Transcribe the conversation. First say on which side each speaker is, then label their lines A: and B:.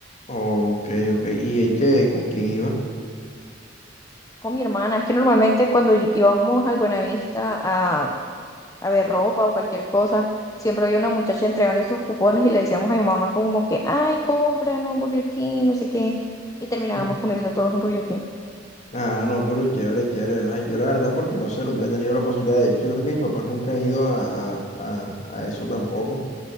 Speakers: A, on the left; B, on the left.
A: Ok, ok. ¿Y este con quién iba?
B: con mi hermana. Es que normalmente cuando y- íbamos al Buenavista a, a ver ropa o cualquier cosa, siempre había una muchacha entregando esos cupones y le decíamos a mi mamá como que, ay, cómpranos un Burger King, no sé qué. Y terminábamos
A: <laughs>
B: comiendo todos un Burger King.
A: Ah, no, pero chévere, chévere. Ay, yo la verdad, porque no sé, nunca he tenido la posibilidad. De hecho, yo creo que mis papás nunca han ido a, a, a, a eso tampoco.